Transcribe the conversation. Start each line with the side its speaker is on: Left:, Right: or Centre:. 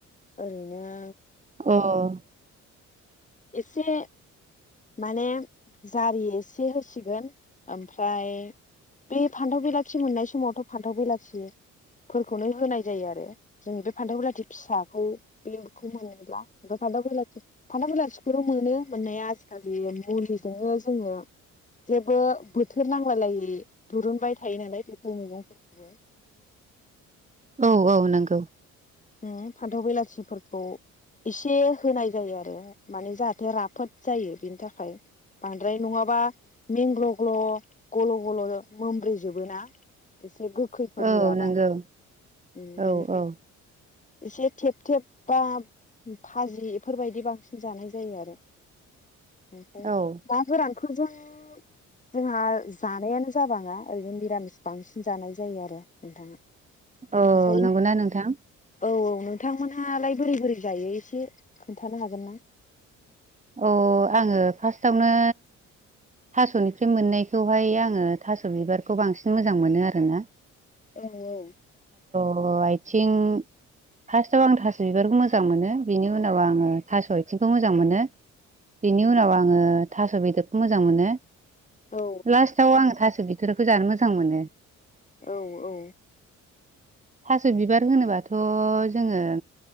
Left: ओरैनो
Right: अ
Left: एसे माने जारि एसे होसिगोन ओमफ्राय बे फान्थाव बिलाथि मोननाय समावथ' फान्थाव बेलाथि फोरखौनो होनाय जायो आरो जोंनि बे फान्थावलाथि फिसाखौ बे उखौ मोनोब्ला बे फानथाव बेलाथि फानथाव बेलाथि बे मोनो मोननाया आजिखालि मुलिजोंनो जोङो जेबो बोथोर नांबलायै दुरुनबाय थायो नालाय बेफोर मैगंफोरखौबो।
Right: औ औ नंगौ।
Left: उम फान्थाव बेलासिफोरखौ एसे होनाय जायो आरो। माने जाहाथे राफोद जायो बिनि थाखाय बांद्राय नङाबा मेंग्ल' ग्ल' गल' गल' मोनब्रैजोबो ना। एसे गोखैफोर
Right: औ
Left: होआबा,
Right: नंगौ
Left: उम बेनिखायनो
Right: औ औ
Left: एसे थेब थेब बा फाजि बेफोरबायदि बांसिन जानाय जायो आरो ओमफ्राय
Right: औ
Left: ना गोरानखौजों। जोंहा जानायानो जाबाङा ओरैनो निरामिस बांसिन जानाय जायो आरो नोंथां। ओमफ्राय
Right: औ नंगौना
Left: औ
Right: नोंथां
Left: औनों। थांमोनहालाय बोरै बोरै जायो एसे खोन्थानो हागोन ना?
Right: अ आङो फार्स्टावनो। थास'निफ्राय मोननायखौहाय आङो थास' बिबारखौ बांसिन मोजां मोनो आरोना।
Left: औ औ।
Right: अ आइथिं। फार्स्टआव आं थास' बिबारखौ मोजां मोनो बिनि उनाव आङो थास' आथिंखौ मोजां मोनो। बिनि उनाव आङो थास' बेदरखौ मोज जां मोनो
Left: औ
Right: लास्टआव आङो थास' बिथोरखौ जानो मोजां मोनो।
Left: औ औ।
Right: थास' बिबार होनोबाथ' जोङो।